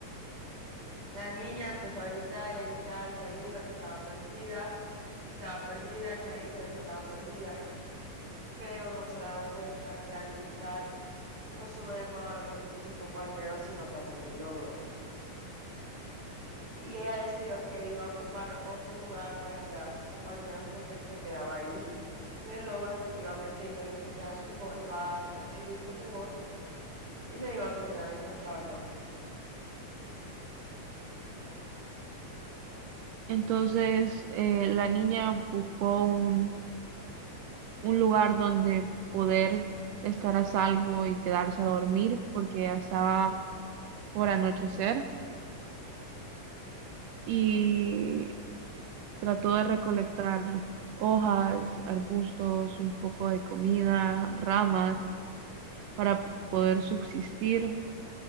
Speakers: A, on the right; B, on the right.
A: La niña empezó a gritar y a gritar que ayuda, que estaba perdida, que estaba perdida, que ayuda, que estaba perdida, pero no se daba cuenta que al gritar no solo llamaba la atención de sus compañeros, sino también del logro. Y ella decidió que iba a ocupar otro lugar para esperar a sus compañeros porque si se quedaba ahí, pues el ogro efectivamente iba a encontrar su voz, iba a coincidir con su voz y le iba a terminar encontrando.
B: Entonces, eh, la niña buscó un, un lugar donde poder estar a salvo y quedarse a dormir porque ya estaba por anochecer. y trató de recolectar hojas, arbustos, un poco de comida, ramas para poder subsistir